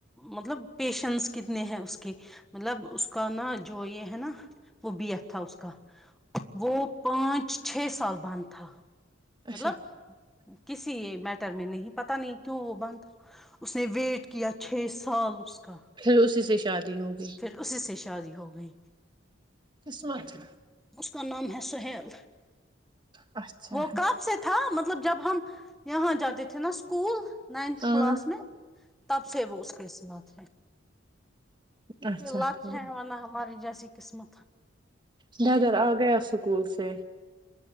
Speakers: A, in the centre; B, on the right.
A: مطلب پیشنس کتنے ہیں اس کے مطلب اس کا نا جو یہ ہے نا وہ بی ایف تھا اس کا وہ پانچ چھ سال باندھ تھا مطلب
B: اچھا
A: کسی م ہی پت نہیں کیوں وہ بند اس نے ویٹ کیا چھ سال اس کا
B: پھر اسی سے شادی ہو گئی
A: پھر اسی سے شادی ہو گئی
B: قسمت
A: کا نام ہے سہیل
B: اچھا
A: وہ کم سے تھا مگر مطلب جب ہم یہاں جاتے تے تھے نہ اسکول نائنتھ
B: ہاں
A: کلاس میں تب سے وہ اس کے ساتھ ہیں
B: اچھا
A: یہ لچ
B: ٹھیک
A: ہے منا ہماری جیس قسمت
B: برادر آ گیا اسکول سے